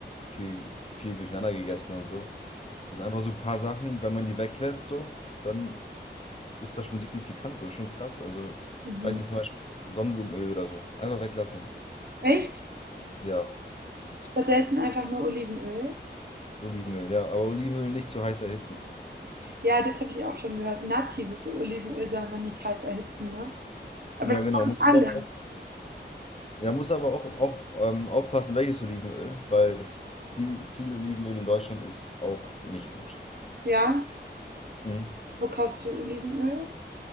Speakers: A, on the left (about 35°); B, on the right (about 60°).
A: viel, viel durcheinander gegessen und so. Das sind einfach so ein paar Sachen, wenn man die weglässt, so, dann ist das schon signifikant, so, schon krass. Also,
B: mhm.
A: ich weiß nicht, zum Beispiel Sonnenblumenöl oder so. Einfach weglassen.
B: Echt?
A: Ja.
B: Stattdessen einfach nur Olivenöl.
A: Olivenöl, ja, aber Olivenöl nicht zu heiß erhitzen.
B: Ja, das habe ich auch schon gehört. Natives Olivenöl soll man nicht heiß erhitzen, ne?
A: Ja,
B: Aber das
A: genau.
B: machen
A: Muss
B: alle,
A: aber auch, auf- ja, muss aber auch, auch ähm, aufpassen, welches Olivenöl, weil das viel, viel Olivenöl in Deutschland ist auch nicht gut.
B: ja?
A: Mhm.
B: Wo kaufst du Olivenöl?